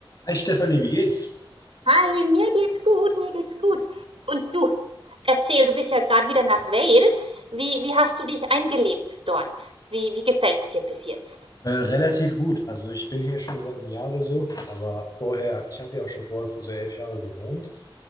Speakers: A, on the left (about 40°); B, on the right (about 85°).
A: Hi Stefanie, wie geht's?
B: Hi, mir geht's gut, mir geht's gut. Und du, erzähl, du bist ja gerade wieder nach Wales. Wie, wie hast du dich eingelebt dort? Wie, wie gefällt's dir bis jetzt?
A: Äh, relativ gut. Also ich bin hier schon seit einem Jahr oder so, aber vorher, ich habe ja auch schon vorher für so elf Jahre gewohnt.